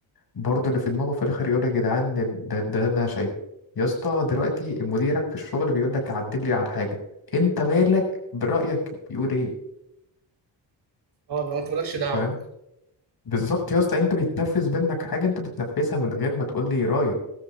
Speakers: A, on the left (about 50°); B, on the right (about 55°).
A: برضه اللي في دماغه في الاخر يقول يا جدعان ده ده ده اللي انا شايفه يا اسطى دلوقتي مديرك في الشغل بيقول لك عدل لي على حاجه انت مالك برايك بيقول ايه
B: اه لو انت مالكش دعوة
A: فاهم بالظبط يا اسطى انت بيتنفذ منك حاجه انت بتنفذها من غير ما تقول لي رايك